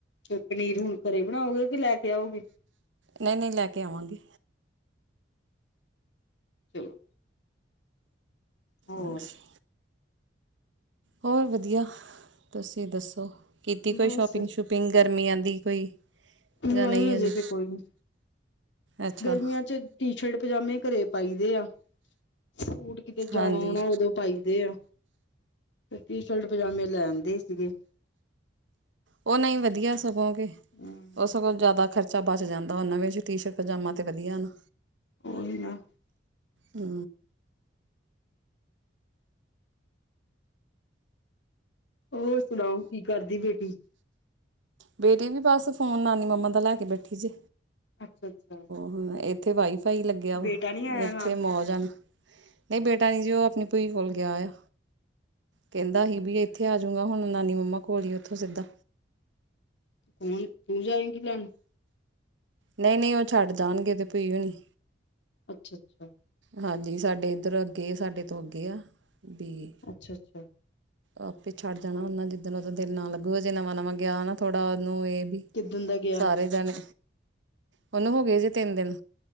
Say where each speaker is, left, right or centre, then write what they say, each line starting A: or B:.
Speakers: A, on the left; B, on the right.
A: ਫਿਰ ਪਨੀਰ ਹੁਣ ਘਰੇ ਬਣਾਓਗੇ ਕਿ ਲੈ ਕੇ ਆਓਗੇ।
B: ਨਈ ਨਈ ਲੈ ਕੇ ਆਵਾਂਗੇ।
A: ਚਲੋ। ਹੋਰ
B: ਅੱਛਾ ਹੋਰ ਵਧੀਆ ਤੁਸੀਂ ਦੱਸੋ ਕੀਤੀ ਕੋਈ
A: ਬਸ
B: ਸ਼ੋਪਿੰਗ-ਸ਼ੂਪਿੰਗ ਗਰਮੀਆਂ ਦੀ ਕੋਈ
A: ਨਈ
B: ਜਾਂ ਨਹੀਂ
A: ਹਜੇ
B: ਅਜੇ
A: ਤੇੇ ਕੋਈ ਨੀ
B: ਅੱਛਾ
A: ਗਰਮੀਆਂ 'ਚ ਟੀ-ਸ਼ਰਟ ਪਜਾਮੇ ਘਰੇ ਪਾਈ ਦੇ ਆ ਸੂਟ ਕਿਤੇ
B: ਹਾਂਜੀ
A: ਜਾਣਾ-ਆਣਾ ਉਦੋਂ ਪਾਈ ਦੇ ਐ ਤੇ ਟੀ-ਸ਼ਰਟ ਪਜਾਮੇ ਲੈ ਆਂਦੇ ਸੀਗੇ।
B: ਓ ਨਈ ਵਧੀਆ ਸਗੋਂ ਕੇ
A: ਹਮ
B: ਓ ਸਗੋਂ ਜੈਦਾ ਖਰ ਚਾ ਬਚ ਜਾਂਦਾ ਵਾ ਨਵੇਚ ਟੀ-ਸ਼ਰਟ ਪਜਾਮਾ ਤੇ ਵਧੀਆ ਨਾ।
A: ਓਹੀ ਨਾ
B: ਹੂੰ
A: ਹੋਰ ਸੁਣਾਓ ਕੀ ਕਰਦੀ ਬੇਟੀ
B: ਬੇਟੀ ਵੀ ਬਸ ਫੋਨ ਨਾਨੀ-ਮੰਮਾ ਦਾ ਲੈ ਕੇ ਬੈਠੀ ਜੇ
A: ਅੱਛਾ- ਅੱਛਾ
B: ਹੂੰ ਏਥੇ ਵਾਈਫਾਈ ਲੱਗਿਆ ਵਾ
A: ਬੇਟਾ ਨੀ ਆਇਆ
B: ਹੁਣ ਏਥੇ
A: ਨਾਲ
B: ਮੌਜ ਆ। ਨਈ ਬੇਟਾ ਨਈ ਜੀ ਓ ਅਪਣੀ ਭੂਈ ਕੋਲ ਗਿਆ ਆ। ਕੈੰਦਾ
A: ਅੱਛਾ
B: ਹੀ ਬੀ ਏਥੇ ਆਜੂਗਾ ਹੁਣ ਨਾਨੀ ਮੰਮਾ ਕੋਲ ਹੀ ਉਥੋਂ ਸਿੱਧਾ‌
A: ਹੁਣ ਤੂੰ ਜਾਏਂਗੀ ਲੈਣ।
B: ਨਈ- ਨਈ ਓ ਛੱਡ ਜਾਣਗੇ ਉਦੇ ਭੈ ਹੋਨੀ।
A: ਅੱਛਾ-ਅੱਛਾ
B: ਹਾਂਜੀ ਸਾਡੇ ਇੱਧਰ ਅੱਗੇ ਸਾਡੇ ਤੋਂ ਅੱਗੇ ਆ ਬੀ
A: ਅੱਛਾ-ਅੱਛਾ
B: ਆਪੇ ਛੱਡ ਜਾਣਾ ਉਹਨਾ ਜਿੱਦਾਂ ਓਦੋਂ ਦਿਲ ਨਾ ਲੱਗੂਗਾ ਜੇ ਨਵਾਂ-ਨਵਾਂ ਗਿਆ ਨਾ ਥੋੜਾ ਉਹਨੂੰ ਇਹ ਵੀ
A: ਕਿੱਦਣ ਦਾ ਗਿਆ
B: ਸਾਰੇ ਜਾਣੇ ਉਹਨੂੰ ਹੋ ਗਏ ਜੇ ਤਿੰਨ ਦਿਨ